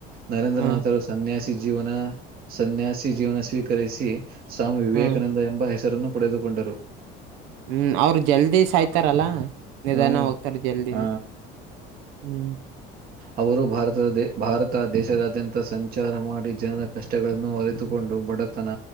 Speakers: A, on the right; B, on the right.
A: ನರೇಂದ್ರನಾಥ್ರು
B: ಹ್ಮ
A: ಸನ್ಯಾಸಿ ಜೀವನ ಸನ್ಯಾಸಿ ಜೀವನ ಸ್ವೀಕರಿಸಿ ಸ್ವಾಮಿ. ವಿವೇಕಾನಂದ
B: ಹ್ಮ್
A: ಎಂಬ ಹೆಸರನ್ನು ಪಡೆದುಕೊಂಡರು.
B: ಹ್ಮ್ ಅವರು ಜಲ್ದಿ ಸಾಯ್ತಾರಲ್ಲಾ. ನಿಧಾನ
A: ಹ್ಮ್
B: ಹೋಗ್ತಾರೆ ಜಲ್ದಿನಿ
A: ಹ
B: ಹ್ಮ್.
A: ಅವರು ಭಾರತದ ಭಾರತ ದೇಶದಾದ್ಯಂತ ಸಂಚಾರ ಮಾಡಿ ಜನರ ಕಷ್ಟಗಳನ್ನು ಅರಿತುಕೊಂಡು. ಬಡತನ